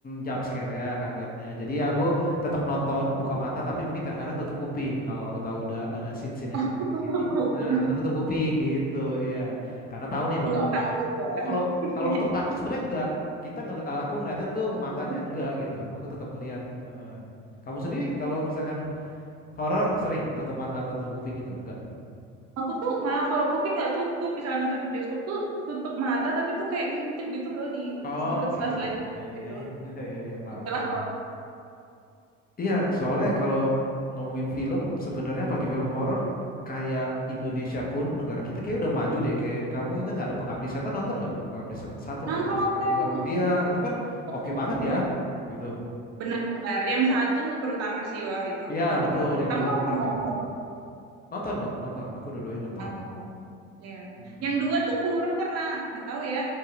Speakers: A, on the left (about 25°); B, on the right (about 40°).
A: jump scare ya kagetnya. Jadi aku tetap nonton,
B: Oke.
A: buka mata tapi mungkin kadang-kadang tutup kuping kalau aku tahu udah ada scene-scene
B: <laughs>
A: yang bakal ngagetin,
B: Tutup kuping.
A: nah aku tutup kuping gitu, iya. Karena tahu
B: <laughs>
A: nih bakal
B: Enggak
A: ngagetin.
B: kaget ya.
A: Tapi kalau
B: <laughs>
A: kalau untuk takut sebenarnya enggak. Kita ngeli eee, aku ngeliatnya tuh
B: Lalu.
A: matanya enggak gitu, aku tetap ngeliat. heeh. Kamu sendiri kalau misalkan horor sering tutup mata, atau tutup kuping gitu? Enggak?
B: Aku tuh malah kalau kuping nggak tutup, misalnya nonton di bioskop tuh tutup mata tapi tuh kayak ngintip gitu loh di
A: Oke,
B: deket sela-sela
A: iya
B: gitu,
A: iya iya, <laughs> iya iya, paham
B: di oleh
A: paham, Iya, soalnya kalau ngomongin film sebenarnya apalagi film horor kayak Indonesia pun negara kita kayak udah maju deh. Kayak kamu ingat nggak ada Pengabdi Setan nonton nggak? Pengabdi Setan satu,
B: nonton
A: Pengabdi
B: nonton
A: Setan dua.
B: yang
A: Iya, itu kan oke
B: yang
A: banget
B: satu doang.
A: ya, gitu.
B: Benar-benar yang satu terutama sih wah itu
A: Iya
B: gong
A: betul,
B: banget.
A: yang
B: Kamu
A: dua
B: nonton
A: kurang
B: nggak
A: ya.
B: yang satu?
A: Nonton dong, nonton. Aku dua-duanya nonton.
B: Ah nonton. Ya,
A: Mm-mm.
B: yang dua tuh kurang karena nggak tahu ya